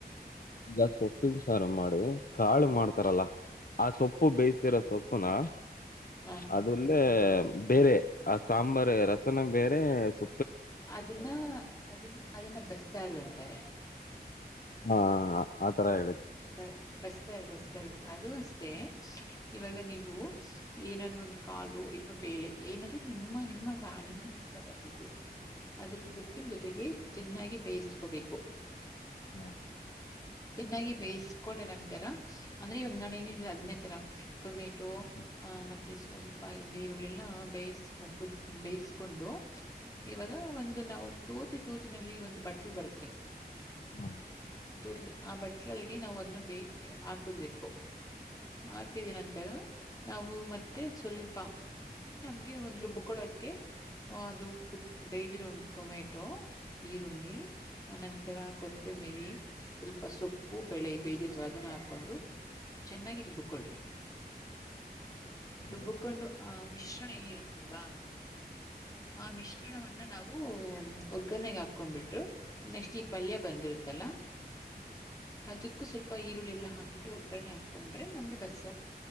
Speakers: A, on the left; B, on the left.
A: ಗಸ್ ಸೊಪ್ಪಿ ಸಾರ ಮಾಡಿ ಕಾಳು ಮಾಡ್ತಾರಲ್ಲ ಆ ಸೊಪ್ಪು ಬೇಯ್ಸಿರೋ ಸೊಪ್ಪುನಾ
B: ಹ
A: ಅದಲ್ಲಿ ಮ ಬೇರೆ ಆ ಸಾಂಬಾರ್ ರಸನ ಬೇರೆ ಸ
B: ಅದನ್ನ ಅದನ್ನ ಅದನ್ನ ಬಸ್ತಾರು ಅಂತಾರೆ
A: ಹಾ ಆತರ
B: ಹ್ಮ
A: ಹೇಳಿದ್
B: ಬಸ್ತಾರ ಬಸ್ತಾರ ಅದು ಅಷ್ಟೇ ಇವಾಗ
A: ಹ
B: ನೀವು ಏನಾದ್ರು ಒಂದು ಕಾಲು ಇಲ್ವಾ ಬೇಳೆ ಏನಾದ್ರು ನಿಮ್ಮ ನಿಮಗ ನಿಮಗೆ ಇಷ್ಟಪಟ್ಟಿದ್ದು ಅದ್ರ
A: ಹಾ
B: ಸೊಪ್ಪಿನ ಜೊತೆಗೆ ಚೆನ್ನಾಗಿ ಬೇಯಿಸ್ಕೋಬೇಕು
A: ಹಾ
B: ಚೆನ್ನಾಗಿ ಬೇಯಿಸಕೊಡರ್ ಅಂತರ ಅಂದ್ರೆ ಇವಾಗ ನಾನ ಏನಲ್ಲ ಹದನೇ ತರ ಟೊಮೆಟ ಟೊಮೆಟೊ
A: ಹಾ
B: ಆ ಮತ್ತೆ ಮತ್ತೆ ಸ್ವಲ್ಪ ಒಂದು ಈರುಳ್ಳೆಲ್ಲ ಬೇಯಿಸ ಕ ಬೇಯಿಸ್ಕೊಂಡು ಇವಾಗ ಒಂದು ನಾವು ತೋತಿ ತೋತಿನಲ್ಲಿ ಒಂದು ಬಟ್ಲು ಬರುತ್ತೆ
A: ಹಾ
B: ತೋತ್ಲು ಆ ಬಟ್ಲಲ್ಗೆ ನಾವು ಅದನ್ನ ಬೇಯ ಹಾಕ್ಬಿಡ್ಬೇಕು ಹಾಕಿದ ನಂತರ ನಾವು ಮತ್ತೆ ಸ್ವಲ್ಪ ಅಂದ್ರೆ ನಮ್ಗೆ ಒಂದು ರುಬ್ಕೊಳಕ್ಕೆ ಅದು ಕುದ ಬೇಯ್ದಿರೋ ಟೊಮೆಟೊ ಈರುಳ್ಳಿ ಅನಂತರ ಕೊ ಮೇರೀ ಸೊಪ್ಪು ಬೆಳೆ ಬೇಜಿರ್ತ ಅದನ್ನ ಹಾಕೊಂಡು ಚೆನ್ನಾಗಿ ರುಬ್ಕೊಳ್ರಿ
A: ಆಮೇಲೆ
B: ರುಬ್ಬಕೊಂಡು ಆ ಮಿಶ್ರಣ ಏ ಇರುತ್ತಲ್ವಾ ಆ ಮಿಶ್ರ ಚಿಣವನ್ನ ನಾವು ಒಗ್ಗರಣಗ್ ಹಾಕೊಂಡ್ಬಿಟ್ರು ನೆಕ್ಸ್ಟ್ ಈ ಪಲ್ಯ ಬಂದಿರುತ್ತಲ್ಲ ಅದಕ್ಕೂ ಸ್ವಲ್ಪ ಈರುಳ್ಳಿಲ್ಲಾ ಹಾಕ್ಬಿಟ್ಟು ಒಗ್ಗರಣೆ ಹಾಕೊಂಡ್ರೆ ನಮ್ಗೆ ಬಸ್ಸರ್